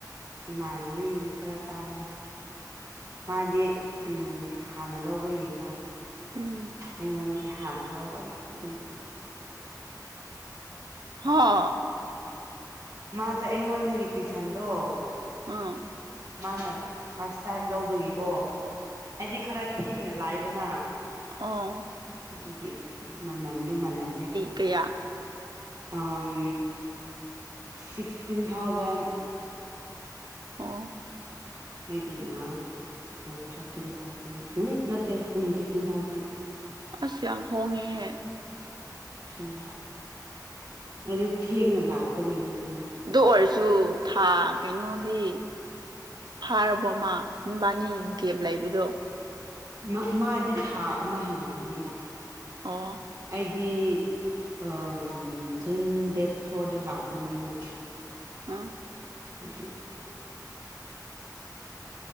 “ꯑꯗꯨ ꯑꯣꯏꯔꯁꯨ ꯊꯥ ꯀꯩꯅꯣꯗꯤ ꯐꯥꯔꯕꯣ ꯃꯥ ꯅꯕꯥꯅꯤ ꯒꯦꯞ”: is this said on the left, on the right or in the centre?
Right